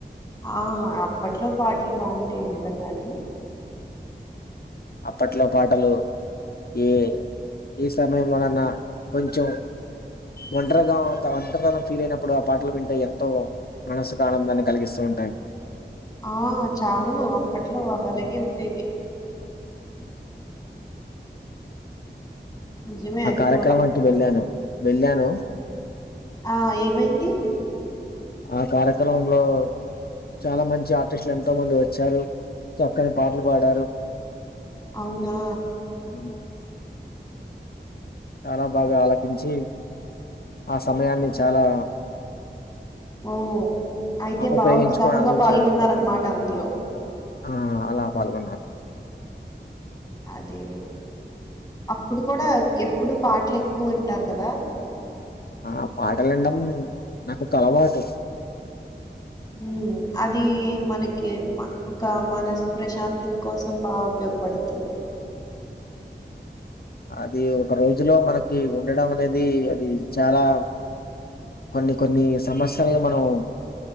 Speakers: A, on the left; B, on the left.
A: ఆ అప్పట్లో పాటలు బాగుండేవి నిజంగానే
B: అప్పట్లో పాటలు ఏ ఈ సమయంలోనన్నా కొంచెం ఒంటరిగా అంత ఒంట తనం ఫీల్ అయినప్పుడు ఆ పాటలు వింటే ఎంతో మనసుక్ ఆనందాన్ని కలిగిస్తూ ఉంటాయి
A: ఆ చావును అప్పట్లో అవ్ అలాగే ఉండేవి నిజమే
B: ఆ
A: అది
B: కార్యక్రమానికి
A: కూడా
B: వెళ్ళాను వెళ్ళాను
A: ఆ ఏమైంది
B: ఆ కార్యక్రమంలో చాలా మంచి ఆర్టిస్టులు ఎంతో మంది ఒచ్చారు చక్కని పాట్లు పాడారు
A: అవునా
B: ఉ ఉ చాలా బాగా ఆలకించి ఆ సమయాన్ని చాలా
A: ఓ అయితే
B: ఆ-
A: బా
B: ఉపయోగించుకొని
A: ఉత్సాహంగా
B: ఆనందించాను
A: పాల్గొన్న రన్మాట అందులో
B: ఆ అలా పాల్గొన్నా
A: అదేలే అప్పుడు కూడా ఎప్పుడు పాట్లు ఎక్కువ్ వింటారు కదా
B: ఆ పాటలు వినడం నాకు ఒక అలవాటు
A: ఉ అది మనకి ఒక మనస్ ప్రశాంతత కోసం బాగు ఉపయోగపడుతది
B: అది ఒక రోజులో మనకి ఉండడం అనేది అది చాలా కొన్ని కొన్ని సమస్యలుగా మనం